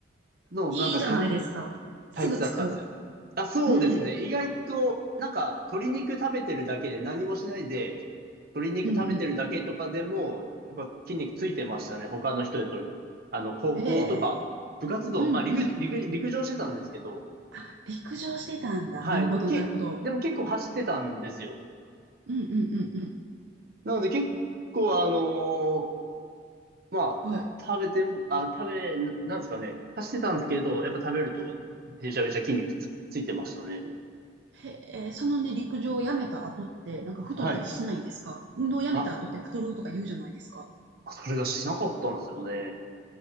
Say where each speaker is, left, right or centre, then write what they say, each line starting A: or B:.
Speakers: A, on the right; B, on the right.
A: の、
B: いいじゃないですか。
A: なんか、か、
B: すぐ着く。
A: 体質だったんですよ。あ、そうですね。
B: うん。
A: 意外と、なんか、鶏肉食べてるだけで、何もしないで、鶏肉食べてるだけとかでも、
B: うんうん。
A: やっぱ筋肉ついてましたね。他の人よりとり。あの、高校とか、
B: へえ。
A: 部活動、
B: うんうん。
A: まあ、陸、陸、陸上してたんですけど、
B: あ、陸上してたんだ。
A: はい。
B: なるほど、
A: で、け、
B: なるほど。
A: でも結構走ってたんですよ。
B: うんうんうんうん。
A: なので結構、あのーまあ、
B: はい。
A: 食べても、あ、食べ、ななんですかね。走ってたんですけど、やっぱ食べると、めちゃめちゃ筋肉つ、ついてましたね。
B: へえ、そのね、陸上をやめた後って、なんか太ったりしないんですか運動をやめた後って太るとか言うじゃないですか。
A: はい。あ、あそれがしなかったんですよね。